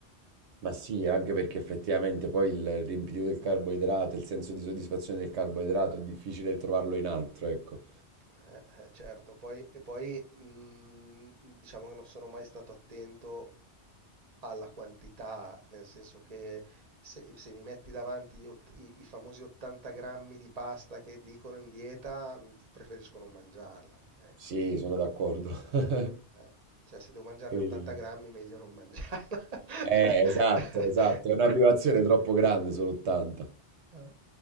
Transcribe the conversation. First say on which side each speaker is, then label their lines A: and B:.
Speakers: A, on the right; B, on the right.
A: Ma sì, anche perché effettivamente poi il riempitivo del carboidrato, il senso di soddisfazione del carboidrato è difficile trovarlo in altro, ecco.
B: Eh, eh, certo, poi, e poi mh, diciamo che non sono mai stato attento alla quantità, nel senso che se, se mi metti davanti gli ott- i, i famosi 80 grammi di pasta che dicono in dieta, mh, preferisco non mangiarla, ecco.
A: Sì, sono d'accordo. <laughs>
B: Eh, Cioè, se devo mangiarne
A: E-
B: 80 grammi, meglio non mangiarla.
A: Eh,
B: <laughs>
A: esatto, esatto, è una
B: Eh.
A: privazione troppo grande solo 80.
B: Eh.